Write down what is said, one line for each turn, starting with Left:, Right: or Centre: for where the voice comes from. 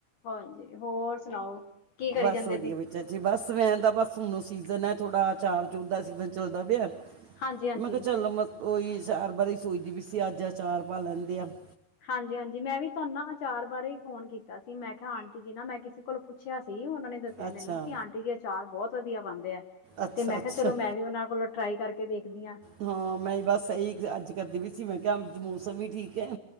Left: ਹਾਂਜੀ, ਹੋਰ ਸੁਣਾਓ? ਕੀ ਕਰੀ
Right: ਬਸ
Left: ਜਾਂਦੇ
Right: ਵਧੀਆ,
Left: ਸੀ
Right: ਬ ਜੀ ਬਸ ਮੈਂ ਤਾਂ ਬਸ ਹੁਣ ਸੀਜ਼ਨ ਹੈ ਥੋੜਾ, ਅਚਾਰ ਚੂਰ ਦਾ ਸੀਜਨ ਚੱਲਦਾ ਪਿਆ।
Left: ਹਾਂਜੀ ਹਾਂਜੀ
Right: ਮੈਂ ਕਿਹਾ ਚਲੋ, ਮੈਂ ਉਹੀ ਅਚਾਰ ਬਾਰੇ ਸੋਚਦੀ ਪਈ ਸੀ ਅੱਜ ਅਚਾਰ ਪਾ ਲੈਂਦੇ ਅਪਾਂ।
Left: ਹਾਂਜੀ ਹਾਂਜੀ, ਮੈਂ ਵੀ ਤੁਹਾਨੂੰ ਨਾ ਅਚਾਰ ਬਾਰੇ ਹੀ ਫ਼ੋਨ ਕੀਤਾ ਸੀ। ਮੈਂ ਕਿਹਾ ਆਂਟੀ ਜੀ ਨਾ, ਮੈਂ ਕਿਸੇ ਕੋਲ ਪੁੱਛਿਆ ਸੀ ਉਹਨਾਂ ਨੇ ਦੱਸਿਆ
Right: ਅੱਛਾ
Left: ਮੈਨੂੰ, ਕਿ ਆਂਟੀ ਜੀ ਅਚਾਰ ਬਹੁਤ ਵਧੀਆ ਪਾਉਂਦੇ ਹੈ,
Right: ਅੱਛਾ
Left: ਤੇ ਮੈਂ
Right: ਅੱਛਾ
Left: ਕਿਹਾ ਚਲੋ ਮੈਂ ਵੀ ਉਹਨਾਂ ਕੋਲੋਂ ਟਰਾਈ ਕਰਕੇ ਦੇਖਦੀ ਹਾਂ।
Right: ਹਾਂ, ਮੈਂ ਬਸ ਏਹੀ ਅੱਜ ਕਰਦੀ ਪਈ ਸੀ, ਮੈਂ ਕਿਹਾ ਮੌਸਮ ਵੀ ਠੀਕ ਹੈ।